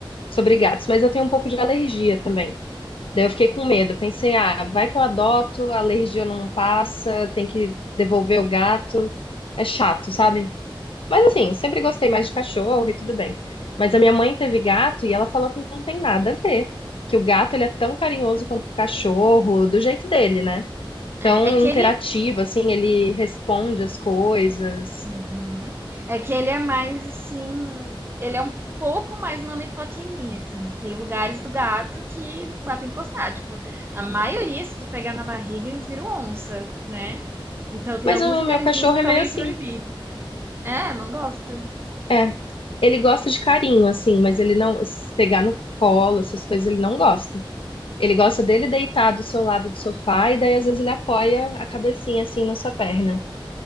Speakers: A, on the left (about 75°); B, on the right (about 25°).
A: sobre gatos, mas eu tenho um pouco de alergia também. Daí eu fiquei com medo, eu pensei, ah, vai que eu adoto, a alergia não passa, tem que devolver o gato. É chato, sabe? Mas assim, eu sempre gostei mais de cachorro e tudo bem. Mas a minha mãe teve gato e ela falou que não tem nada a ver, que o gato ele é tão carinhoso quanto o cachorro, do jeito dele, né? tão
B: É, é é
A: interativo,
B: que ele.
A: assim, ele responde as coisas.
B: Uhum. É que ele é mais assim. Ele é um pouco mais não me toque em mim, assim. Tem lugares do gato que não dá pra encostar. Tipo, a maioria, se tu pegar na barriga, eles viram onça, né? Então tem
A: Mas
B: alguns
A: o
B: lugarzinhos
A: meu cachorro
B: que
A: é
B: são
A: meio
B: meio
A: assim.
B: proibidos. É, não gosta.
A: É. Ele gosta de carinho, assim, mas ele não. se Pegar no colo, essas coisas, ele não gosta. Ele gosta dele deitar do seu lado do sofá e daí às vezes ele apoia a cabecinha assim na sua perna.